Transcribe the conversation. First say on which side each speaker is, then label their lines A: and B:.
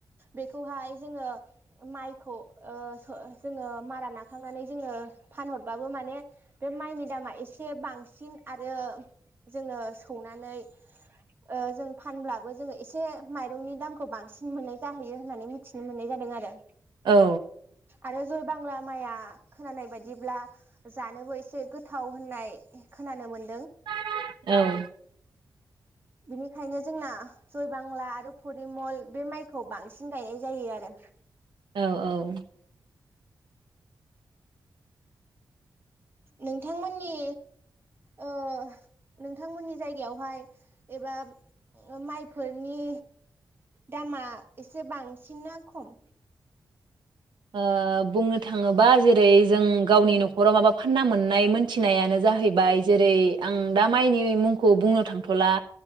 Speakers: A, on the right (about 30°); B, on the right (about 90°).
A: बेखौहाय जोङो माइखौ ओ जोङो मारा नाग - खांनानै जोङो फानहरबाबो माने बे माइनि दामा एसे बांसिन आरो जोङो सौनानै ओ जों फानब्लाबो जोङो एसे माइरंनि दामखौ बांसिन मोननाय जाहैयो होननानै मिथिनो मोननाय जादों आरो।
B: औ
A: आरो जय बांला माइआ खोनानाय बायदिब्ला जानोबो एसे गोथाव होननाय खोनानो मोन
B: औ
A: बिनिखायनो जोंना जय बांला आरो परिमल बे माइखौ बांसिन गायनाय जायो आरो।
B: औ औ
A: नोंथांमोननि ओ नोंथांमोननि जायगायावहाय एबा माइफोरनि दामा एसे बांसिन ना खम?
B: ओ बुंनो थाङोबा जेरै जों गावनि नखराव माबा फानना मोननाय मोनथिनायानो जाहैबाय जेरै आं दा माइनि मुंखौ बुंनो थांथला